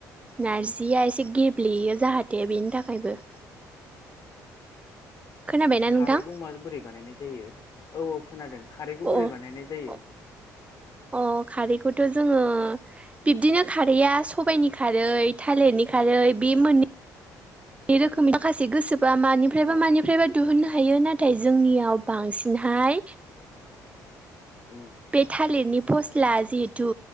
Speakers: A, on the right; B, on the left.
A: नारजिया एसे गेब्लेयो जाहाथे बेनि थाखायबो खोनाबायना
B: खारैखौ
A: नोंथां
B: माजों बोरै बानायनाय जायो औ औ खोनादों खारैखौ
A: अ
B: बोरै बानायनाय जायो?
A: अ अ खारैखौथ' जोङो बिबदिनो खारैआ सबायाइनि खारै थालिरनि बे मोननै रोखोमनि माखासे गोसोबा मानिफ्रायबा
B: औ
A: मानिफ्रायबा दिहुननो हायो नाथाय जोंनियाव बांसिनहाय
B: उम
A: बे थालिरनि फस्ला जिहेथु